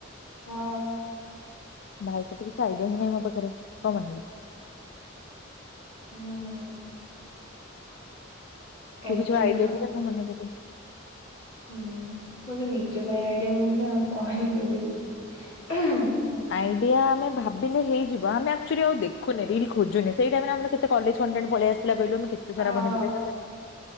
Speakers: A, on the left; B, on the left.
A: ହଁ
B: ବାହା ହେଇଚି ସତ କିଛି ଆଇଡିଆ ହିଁ ନାହିଁ ମୋ ପାଖରେ କଣ ବନେଇବି?
A: ହୁଁ।
B: ତୁ
A: ଏମିତି
B: କିଛି ଆଇଡିଆ
A: ଭାବୁ
B: ଦେଲେ ମୁଁ ମନେ କରିବି।
A: ହୁଁ। ମୁଁ ତ ନିଜ ପାଇଁ ଆଇଡିଆ ପାଉନି ଆଉ କଣ ହେଇକି ଦେବି। <inaudible>
B: ଆଇଡିଆ ଆମେ ଭାବିଲେ ହେଇଯିବ। ଆମେ ଆକ୍ଚୁଆଲି ଆଉ ଦେଖୁନେ ରିଲ ଖୋଜୁନେ ସେଇଟାଇମରେ ଆମର କେତେ କଲେଜେ <unintelligible> ପଳେଇ ଆସିଥିଲା କହିଲୁ କେତେସାରା
A: ହଁ
B: ବନେଇଥିଲେ। ତାପରେ